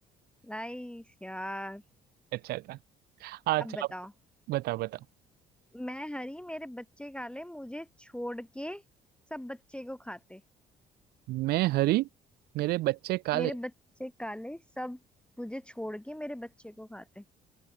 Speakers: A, in the centre; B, on the right.
A: नाइस यार
B: अच्छा था अच्छा
A: अब बताओ
B: आप बताओ बताओ
A: मैं हरी मेरे बच्चे काले मुझे छोड़ के सब बच्चे को खाते
B: मैं हरी मेरे बच्चे काले
A: मेरे बच्चे काले सब मुझे छोड़ के मेरे बच्चे को खाते